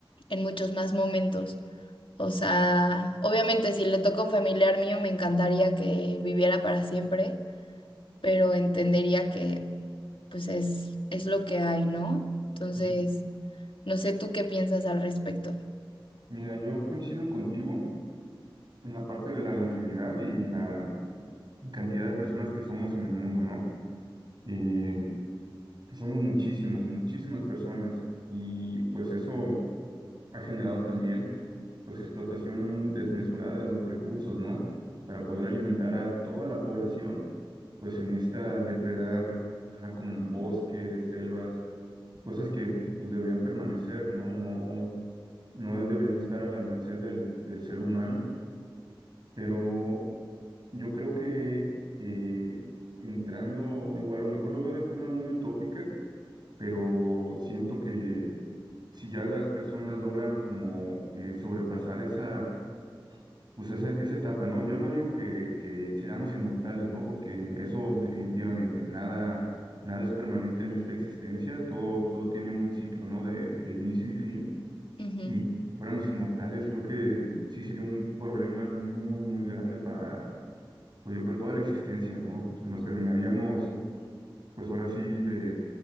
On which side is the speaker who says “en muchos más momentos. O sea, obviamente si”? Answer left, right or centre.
Left